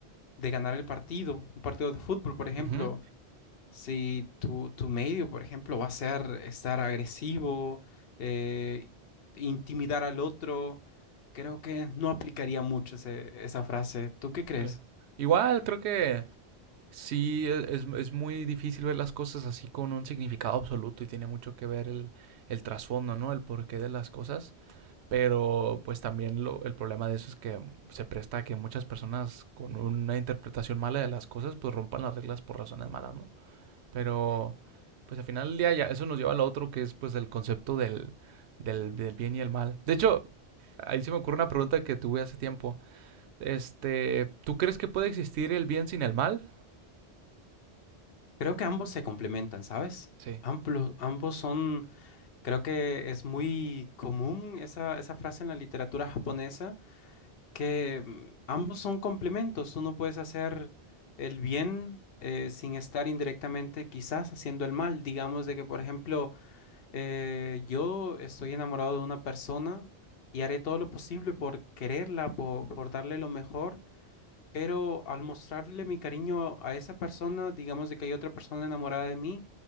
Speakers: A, on the left; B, on the right.
A: de ganar el partido, un partido de fútbol, por ejemplo.
B: Ujú,
A: Si tu, tu medio, por ejemplo, va a ser estar agresivo, eh, intimidar al otro, creo que no aplicaría mucho ese- esa frase. ¿Tú qué crees?
B: ok. Igual creo que Sí, e- es, es muy difícil ver las cosas así con un significado absoluto y tiene mucho que ver el, el trasfondo, ¿no? El porqué de las cosas. Pero pues también lo, el problema de eso es que se presta a que muchas personas con una interpretación mala de las cosas pues rompan las reglas por razones malas, ¿no? Pero pues al final del día ya eso nos lleva al otro que es pues el concepto del, del, del bien y el mal. De hecho, ahí se me ocurre una pregunta que tuve hace tiempo. Este, ¿tú crees que puede existir el bien sin el mal?
A: Creo que ambos se complementan, ¿sabes?
B: Sí,
A: Amplo- ambos son, creo que es muy común esa, esa frase en la literatura japonesa, que mm, ambos son complementos. Tú no puedes hacer el bien eh, sin estar indirectamente quizás haciendo el mal. Digamos de que, por ejemplo, Eh, yo estoy enamorado de una persona y haré todo lo posible por quererla, po- por, darle lo mejor, pero al mostrarle mi cariño a esa persona, digamos de que hay otra persona enamorada de mí,